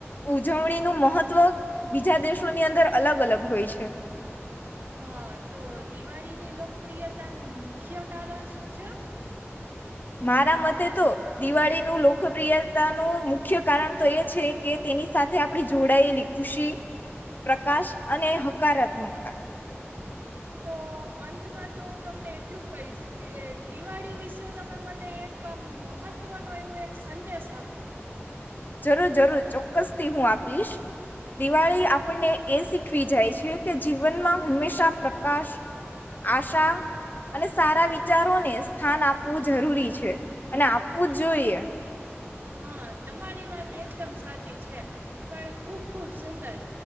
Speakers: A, on the left; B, on the right.
A: ઉજવણીનું મહત્વ બીજા દેશોની અંદર અલગ અલગ હોય છે.
B: હા, તો દિવાળીની લોકપ્રિયતા નું મુખ્ય કારણ શું છે?
A: મારા મતે તો દિવાળીનું લોકપ્રિયતાનું મુખ્ય કારણ તો એ છે કે તેની સાથે આપણી જોડાયેલી ખુશી, પ્રકાશ અને હકારાત્મકતા.
B: તો અંતમાં તો હું તમને એટલું કહીશ કે દિવાળી વિશે તમે મને એક આ મહત્ત્વનું એવો એક સંદેશ આપો.
A: જરૂર જરૂર ચોક્કસ થી હું આપીશ. દિવાળી આપણને એ શીખવી જાય છે કે જીવનમાં હંમેશા પ્રકાશ, આશા અને સારા વિચારોને સ્થાન આપવું જરૂરી છે અને આપવું જ જોઈએ.
B: હા તમારી વાત એકદમ સાચી છે પણ ખુબ ખુબ સુંદર.